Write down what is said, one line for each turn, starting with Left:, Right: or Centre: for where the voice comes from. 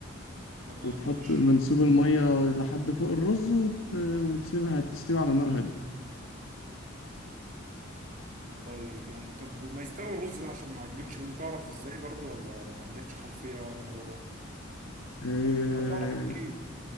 Right: تمام
Left: وتحط
Right: ماشي
Left: منسوب المية لحد فوق الرز وت... وتسيبها تستوي على نار هادية
Right: طيب يعني طب وما يستوي الرز بقى عشان ما يعجنش مني تعرف ازاي برضو ولا ما عندكش خلفية يعني عن الموضوع ده
Left: آه،
Right: لو تعرف احكي لي